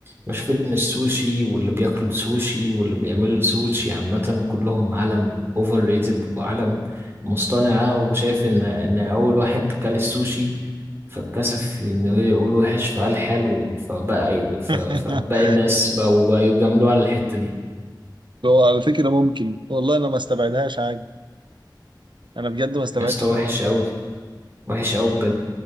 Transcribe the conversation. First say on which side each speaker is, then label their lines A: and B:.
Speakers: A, on the right; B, on the right.
A: بشوف إن السوشي واللي بياكلوا السوشي واللي بيعملوا السوشي عامة كلهم عالم أوفر ريتد وعالم مصطنعة وشايف إن إن أول واحد كل السوشي فاتكسف إن هو يقول وحش فقال حلو فبقى ي- ف...
B: <laughs>
A: فباقي الناس بقوا بقوا يجاملوه على الحتة دي
B: هو على فكرة ممكن والله انا ما استبعدهاش عادي انا بجد ما استبعدش
A: يا اسطى
B: الحوار
A: وحش
B: ده
A: أوي وحش أوي بجد